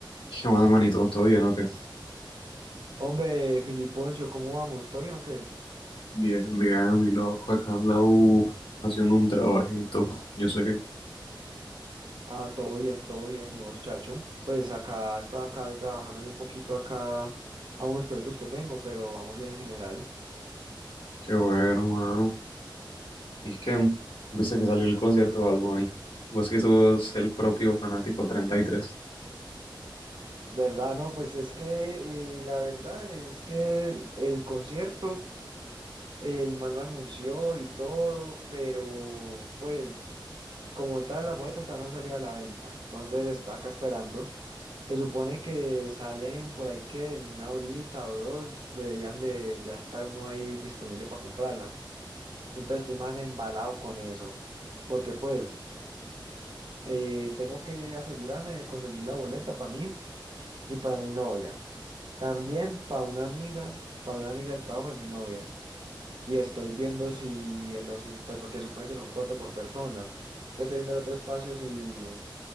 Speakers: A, on the left; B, on the right.
A: ¿Qué más, manito? ¿Todo bien o qué?
B: Hombre, Filiponcio, ¿cómo vamos? ¿Todo bien o qué?
A: Bien, bien, mi loco, acá en la U, haciendo un trabajito. Yo sé que,
B: Ah, todo bien, todo bien. ¿Y vos, chacho? Pues acá estaba acá trabajándole un poquito acá a unos proyectos que tengo, pero vamos bien en general.
A: qué bueno, mano. Y es que, viste que salió el concierto de Bad Bunny. Vos que sos el propio fanático 33.
B: ¿Verdad? No, pues es que eh, la verdad es que el concierto El man lo anunció y todo, pero pues como tal las boletas todavía no han salido a la venta. Entonces está acá esperando. Se supone que salen por ahí que en una horita o dos deberían de ya estar uno ahí disponible para comprarla. Entonces estoy más embalado con eso, porque pues eh, tengo que asegurarme de conseguir la boleta para mí y para mi novia. También para una amiga, para una amiga del trabajo de mi novia. Y estoy viendo si en los, es- pues, porque supone que son cuatro por persona. Entonces estoy viendo el otro espacio si,